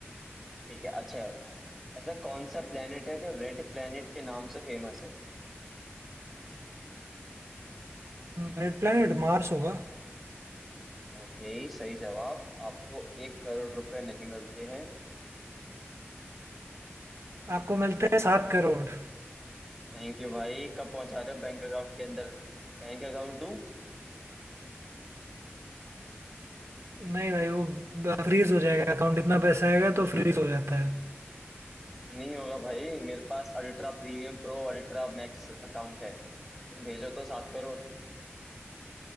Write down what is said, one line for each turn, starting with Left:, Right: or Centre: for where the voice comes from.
Centre: ठीक है अच्छा है बताओ ऐसा कौन सा प्लेनेट है जो रेड प्लेनेट के नाम से फेमस है
Right: रेड प्लैनेट मार्स होगा
Centre: ओके सही जवाब आपको एक करोड़ रुपए नहीं मिलते हैं
Right: आपको मिलता है सात करोड़
Centre: थैंक यू भाई कब पहुंचा रहे हो बैंक अकाउंट के अंदर बैंक अकाउंट दूं
Right: नहीं भाई वो फ्रीज हो जाएगा अकाउंट इतना पैसा आएगा तो फ्रीज हो जाता है
Centre: नहीं होगा भाई मेरे पास ultra premium pro ultra max account है तुम भेजो तो सात करोड़